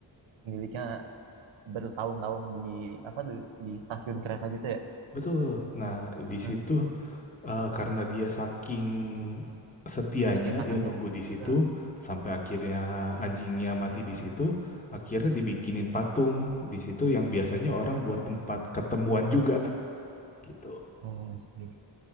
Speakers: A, on the right; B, on the left.
A: pemiliknya bertahun-tahun di apa di, di stasiun kereta gitu ya?
B: Betul. Nah, di
A: Nah,
B: situ
A: itu.
B: eh, karena dia saking setianya
A: Saking kangennya.
B: dia nunggu di situ
A: Heeh.
B: sampai akhirnya anjingnya mati di situ, akhirnya dibikinin patung di situ yang biasanya orang buat tempat ketemuan juga gitu.
A: Oh, I see, I